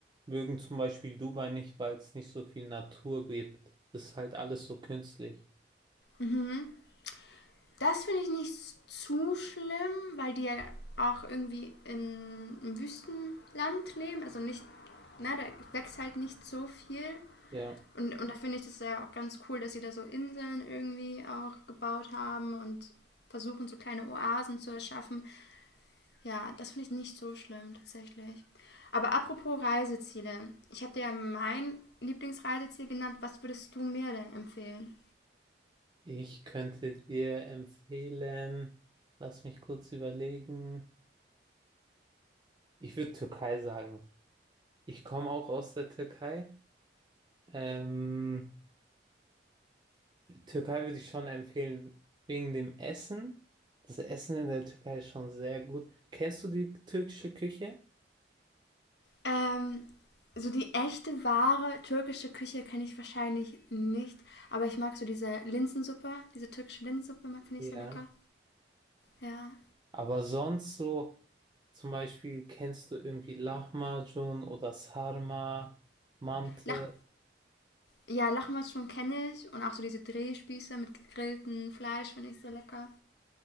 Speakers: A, on the right (about 25°); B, on the left (about 65°).
A: mögen zum Beispiel Dubai nicht, weil es nicht so viel Natur gibt. Das ist halt alles so künstlich.
B: Mhm. Das finde ich nicht zu schlimm, weil die ja auch irgendwie in einem Wüstenland leben. Also nicht, na, da wächst halt nicht so viel.
A: Ja.
B: Und, und da finde ich das ja auch ganz cool, dass sie da so Inseln irgendwie auch gebaut haben und versuchen, so kleine Oasen zu erschaffen. Ja, das finde ich nicht so schlimm tatsächlich. Aber apropos Reiseziele. Ich habe dir ja mein Lieblingsreiseziel genannt. Was würdest du mir denn empfehlen?
A: Ich könnte dir empfehlen, lass mich kurz überlegen. Ich würde Türkei sagen. Ich komme auch aus der Türkei. Ähm, Türkei würde ich schon empfehlen, wegen dem Essen. Das Essen in der Türkei ist schon sehr gut. Kennst du die türkische Küche?
B: Ähm, so die echte, wahre türkische Küche kenne ich wahrscheinlich nicht. Aber ich mag so diese Linsensuppe, diese türkische Linsensuppe finde
A: Ja.
B: ich sehr lecker. Ja.
A: Aber sonst so, zum Beispiel kennst du irgendwie Lahmacun oder Sarma, Mante.
B: Lach ja, Lachmatschum kenne ich und auch so diese Drehspieße mit gegrilltem Fleisch finde ich sehr lecker.